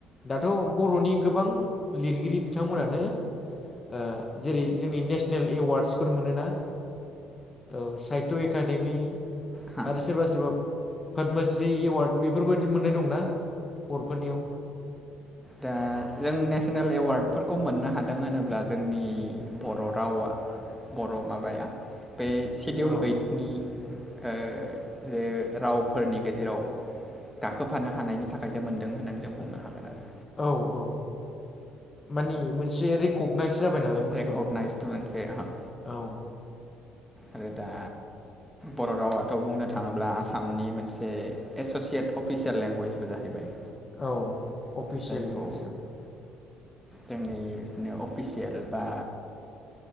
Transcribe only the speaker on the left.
दाथ' बर'नि गोबां लिरगिरि बिथांमोनानो ओ जेरै जोंनि नेसनेल एवार्डसफोर मोनोना औ साहित्य एकादेमि
आरो सोरबा सोरबा पदमश्रि एवार्ड बेफोरबायदि मोननाय दंना बर'फोरनियाव।
औ
औ औ मानि मोन से रेकगनाइज जाबाय नालाय बुस्थुआ
औ
औ अफिसियेल
लेंगुवेज जाबाय।